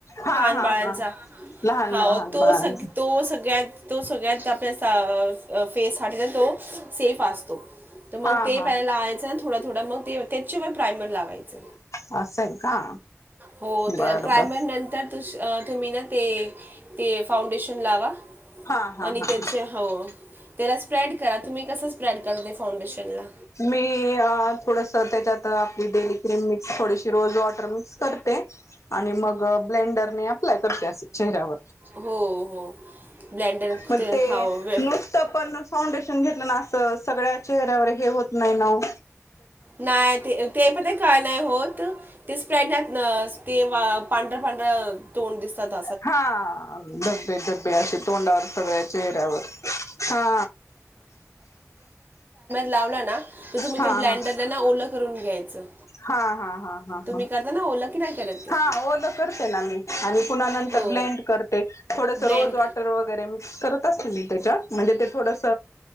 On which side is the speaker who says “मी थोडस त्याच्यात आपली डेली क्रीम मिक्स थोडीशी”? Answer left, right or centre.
Left